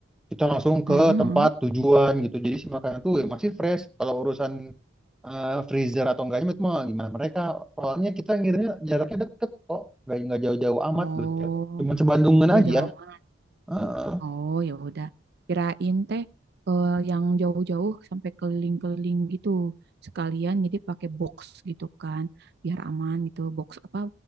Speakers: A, in the centre; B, on the right (about 55°).
A: kita langsung
B: Heeh,
A: ke
B: heeh.
A: tempat tujuan gitu. Jadi si makanan tuh ya masih fresh. Kalau urusan eh, freezer atau enggaknya itu mah gimana mereka. Soalnya kita ngirimnya jaraknya deket kok. Enggak, enggak jauh-jauh amat
B: oh
A: gitu, Cuk. Cuman sebandungan
B: ya
A: aja.
B: jauh-jauh
A: Heeh.
B: Oh ya udah, kirain teh eh, yang jauh-jauh sampai keliling-keliling gitu sekalian, jadi pakai box gitu kan, biar aman gitu, box apa